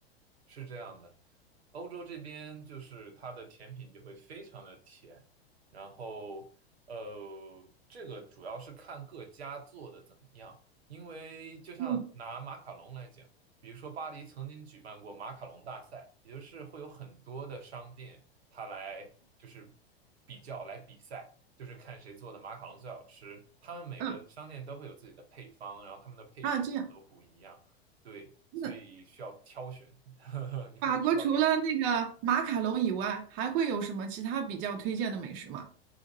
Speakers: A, on the right (about 75°); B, on the right (about 40°).
A: 是这样的，欧洲这边就是它的甜品就会非常的甜，然后呃，这个主要是看各家做的怎么样，因为就像拿马卡龙来讲，
B: 嗯
A: 比如说巴黎曾经举办过马卡龙大赛，也就是会有很多的商店它来就是比较来比赛，就是看谁做的马卡龙最好吃，他们每个商店都会有自己的配方，
B: 嗯，
A: 然后他们的配比可能都不一样，
B: 啊，这样。
A: 对，所以需要挑选。
B: 那。
A: <laughs> 呵呵，你可能吃到比较甜了。
B: 法国除了那个马卡龙以外，还会有什么其他比较推荐的美食吗？